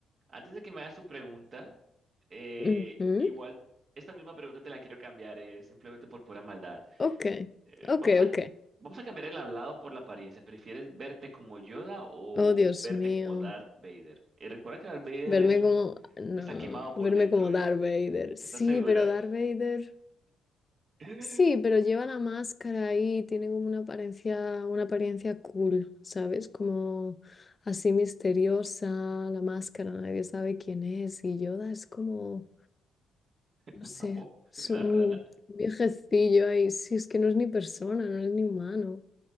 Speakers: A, on the right; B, on the left.
A: Antes de que me hagas tu pregunta, eh,
B: ujú.
A: igual esta misma pregunta te la quiero cambiar, eh, simplemente por pura maldad.
B: Ok,
A: Eh,
B: ok,
A: vamos a,
B: ok.
A: vamos a cambiar el hablado por la apariencia. ¿Prefieres verte como Yoda o
B: Oh, Dios
A: verte
B: mío.
A: como Darth Vader? Y recuerda que Darth Vader
B: Verme
A: es un,
B: como, no,
A: está quemado por
B: verme
A: dentro,
B: como
A: ¿eh?
B: Darth Vader.
A: ¿Estás
B: Sí,
A: segura?
B: pero Darth Vader.
A: <laughs>
B: Sí, pero lleva la máscara ahí, tiene como una apariencia, una apariencia cool, ¿sabes? Como así misteriosa, la máscara, nadie sabe quién es. Y Yoda es como, no
A: ¿Un
B: sé,
A: sapo?
B: es
A: ¿Una
B: un
A: rana?
B: viejecillo ahí. Sí, es que no es ni persona, no es ni humano.